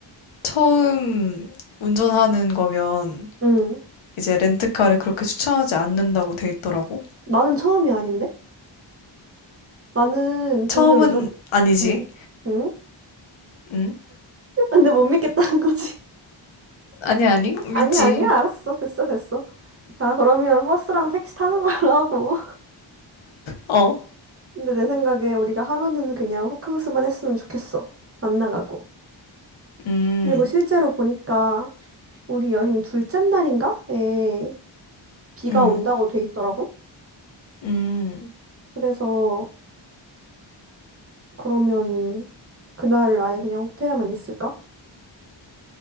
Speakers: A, on the left; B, on the right.
A: 처음 운전하는 거면
B: 응.
A: 이제 렌트카를 그렇게 추천하지 않는다고 돼 있더라고.
B: 나는 처음이 아닌데? 나는
A: 처음은
B: 동네 운전,
A: 아니지.
B: 응, 응?
A: 응?
B: <laughs> 근데 못 믿겠다는 거지.
A: 아니, 아니.
B: 아니야,
A: 믿지.
B: 아니야. 알았어. 됐어, 됐어. 자, 그러면 버스랑 택시 타는 걸로 하고.
A: 어.
B: 근데 내 생각에 우리가 하루는 그냥 호캉스만 했으면 좋겠어. 안 나가고.
A: 음,
B: 그리고 실제로 보니까 우리 여행 둘째 날인가에 비가
A: 음,
B: 온다고 돼 있더라고.
A: 음,
B: 그래서 그러면 그날 아예 그냥 호텔에만 있을까?